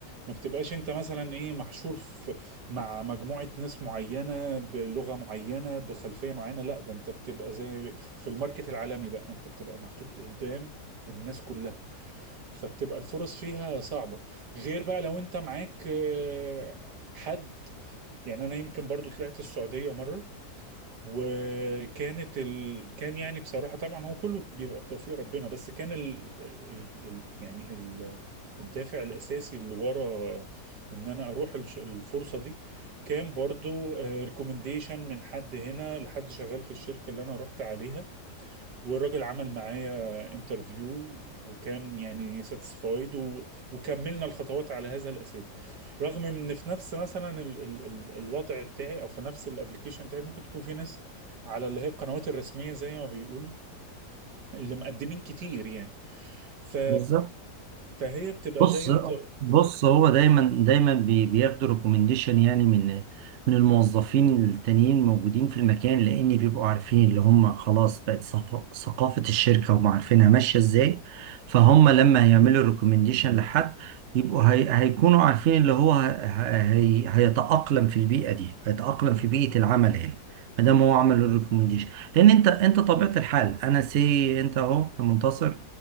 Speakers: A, on the right; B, on the right.
A: ما بتبقاش انت مثلا ايه محشور في مع مجموعة ناس معينة بلغة معينة بخلفية معينة لا ده انت بتبقى زي في الماركت العالمي بقى انت بتبقى محطوط قدام الناس كلها فبتبقى الفرص فيها صعبة غير بقى لو انت معاك آه، حد يعني انا يمكن برضو طلعت السعودية مرة وكانت ال... كان يعني بصراحة طبعا هو كله بيبقى بتوفيق ربنا بس كان ال... ال... ال... يعني ال... الدافع الأساسي اللي ورا إن أنا أروح الش... الفرصة دي كان برضو ريكومنديشن من حد هنا لحد شغال في الشركة اللي أنا رحت عليها والراجل عمل معايا انترفيو وكان يعني ساتسفايد و... وكملنا الخطوات على هذا الاساس رغم ان في نفس مثلا ال... ال... ال... الوضع بتاعي او في نفس الابلكيشن بتاعي ممكن تكون في ناس على اللي هي القنوات الرسميه زي ما بيقولوا اللي مقدمين كتير يعني ف
B: بالظبط
A: فهي بتبقى
B: بص
A: زي ما انت قلت-
B: بص هو دايما دايما بي- بياخدوا ريكومنديشن يعني من من الموظفين التانيين موجودين في المكان لان بيبقوا عارفين اللي هم خلاص بقت ثق- ثقافة الشركة هم عارفينها ماشية ازاي فهم لما هيعملوا ريكومنديشن لحد يبقوا هي هيكونوا عارفين اللي هو ه- ه- هي هيتأقلم في البيئة دي هيتأقلم في بيئة العمل هنا ما دام هو عمل الريكومنديشن لان انت انت طبيعة الحال انا سي انت اهو يا منتصر